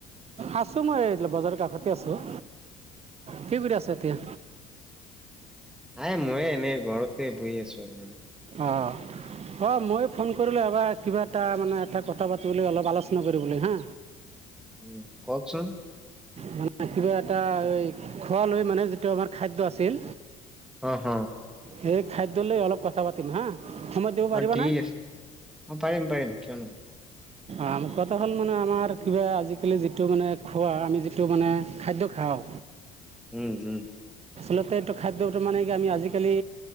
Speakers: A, on the right (about 35°); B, in the centre.
A: আছোঁ মই এই বজাৰৰ কাষতে আছোঁ কি কৰি আছা এতিয়া।
B: আয়ে ময়ে এনেই ঘৰতে বহি আছো আৰু মানে
A: অঁ অঁ মই ফোন কৰিলোঁ এবাৰ কিবা এটা মানে এটা কথা পাতিবলৈ অলপ আলোচনা কৰিবলৈ হে
B: উম কওকচোন
A: মানে কিবা এটা এই খোৱা লৈ মানে যিটো আমাৰ খাদ্য আছিল।
B: হ হ
A: সেই খাদ্যলৈ অলপ কথা পাতিম হা। সময় দিব পাৰিবা
B: অ ঠিক
A: নে?
B: আছে অ পাৰিম পাৰিম কিয় নহয়
A: আম কটা হ'ল মানে আমাৰ কিবা আজিকালি যিটো মানে খোৱা আমি যিটো যিটো মানে খাদ্য খাওঁ
B: উম উম
A: আচলতে এইটো খাদ্যটো মানে কি আমি আজিকালি